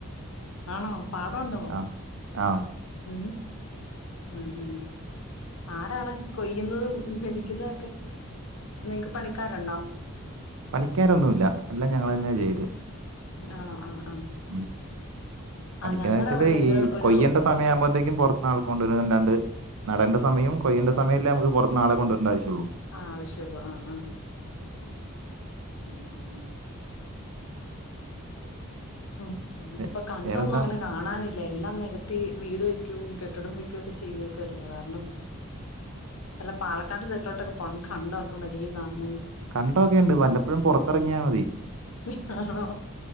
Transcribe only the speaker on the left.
ആണോ പാടം ഒണ്ടോ
ഉം ഉം ഉം ആരാണ് കൊയ്യുന്നതും മെതിക്കുന്നതൊക്കെ നിങ്ങക്ക് പണിക്കാരുണ്ടോ ആ
ആണോ ആ
ഞങ്ങടെ
അവിടെയുണ്ട്
ഒരു
ആഹ് ആവശ്യൊള്ളൂ ആഹ് ആഹ് ഉം ഉം ഉം
ഇപ്പൊ കണ്ടൊന്നും
അങ്ങനെ കാണാനി എല്ലാം നെകത്തി വീട് വെക്കും കെട്ടിടം വെക്കുക ഒക്കെ ചെയ്തേക്കുവല്ലേ കാരണം എല്ല പാലക്കാട്ട് സൈട്ലോട്ടൊക്കെ പോണം കണ്ടം ഒക്കെ വരിയായി കാണെങ്കിൽ
ഹും ഹ് ഹ ആണോ